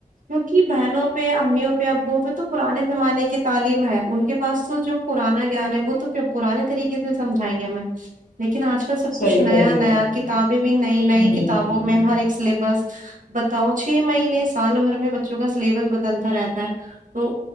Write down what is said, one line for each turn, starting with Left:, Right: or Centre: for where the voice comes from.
Right: کیوںکہ بہنوں پہ امیوں پہ ابووں پہ تو پرانے زمانے کی تعلیم ہے ان کے پاس تو جو پرانا گیان ہے وہ تو پرانے طریقے سے سمجھائیں گے ہمیں لیکن آج کل سب
Left: صحیح
Right: کچھ نیا
Left: فرمایا
Right: نیا
Left: آپ نے
Right: کتابیں بھی نئی نئی
Left: ہوں
Right: کتابوں میں ہر ایک سلیبس بتاؤ چھ مہینے سال بھر میں بچوں کا سلیبس بدلتا رہتا ہے تو